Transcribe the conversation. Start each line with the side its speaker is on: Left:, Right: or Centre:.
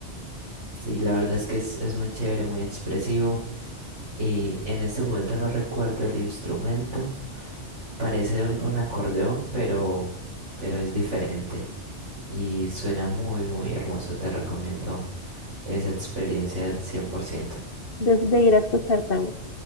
Right: Sí, la verdad es que es, es muy chévere, muy expresivo y en este momento no recuerdo el instrumento, parece un, un acordeón, pero, pero es diferente y suena muy, muy hermoso, te recomiendo esa experiencia al 100%.
Left: de, de ir a escuchar tango.